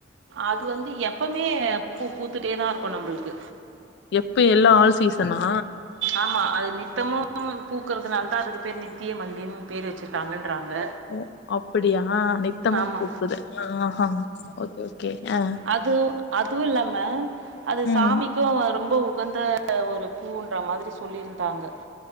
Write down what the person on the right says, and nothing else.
அது வந்து எப்பமே பூ பூத்துட்டே தான் இருக்கும் நம்மளுக்கு
ஆமா அது நித்தமும் பூக்குறதுனால அதுக்கு பேர் நித்திய மல்லின் பேர் வச்சிருக்காங்க
ஆமா
அது அதுவும் இல்லாம அது
சாமிக்கும் ரொம்போ உகந்த ஒரு பூ மாதிரி சொல்லியிருந்தாங்க